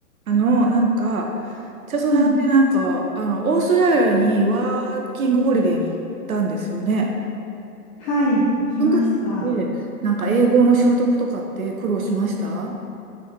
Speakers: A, on the right; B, on the left.
A: あの、なんか、チャソさんってなんか、
B: うん、
A: あの、オーストラリアにワーキングホリデーに行ったんですよね。
B: はい、行きました。
A: その時って、なんか英語の習得とかって苦労しました